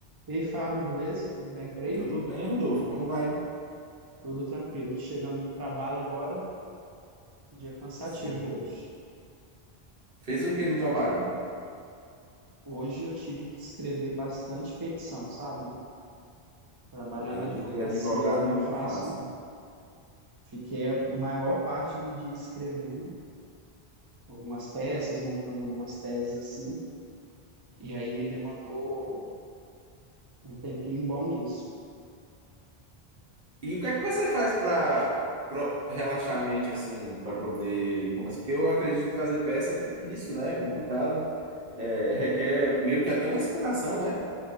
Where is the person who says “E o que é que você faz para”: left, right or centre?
Right